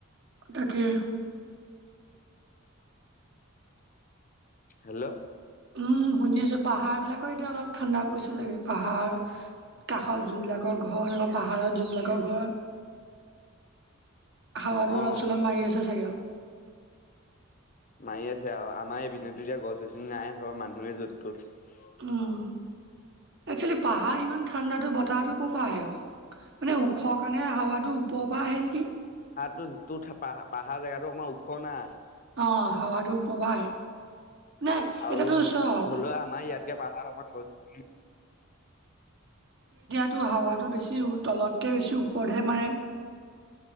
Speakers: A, on the right (about 55°); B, on the left (about 40°).
A: তাকে
B: হেল্ল'
A: উম শুনি আছো পাহাৰ বিলাকো এতিয়া অলপ ঠাণ্ডা পৰিছে চাগে পাহাৰ কাষত যোনবিলাকৰ ঘৰ নবা পাহাৰত যোনবিলাকৰ ঘৰ হাৱাটো অলপ
B: অ
A: চলপ মাৰি আছে চাগে আও।
B: মাৰি আছে আৰু আমাৰ এই পিনেতো এতিয়া গছ গছনি নাই ঘৰৰ মানুহে য'ত তত
A: উম একচুৱেলি পাহাৰ ইমান ঠাণ্ডাতো বতাহতো ক'ৰ পৰা আহে বাও। মানে ওখ কাৰণে হাৱাটো ওপৰৰ পৰা আহে নেকি?
B: টোজ টো পাহ পাহাৰ জেগাটো অকমাৰ ওখ না।
A: অ হাৱাটো উপপা আহে। নে
B: আৰু
A: এতিয়াতো চ
B: হলেও আমাৰ ইয়াতকে পাহাৰ <unintelligible>
A: টো হাৱাতটো বেছি তলতকে বেছি ওপৰতহে মাৰে।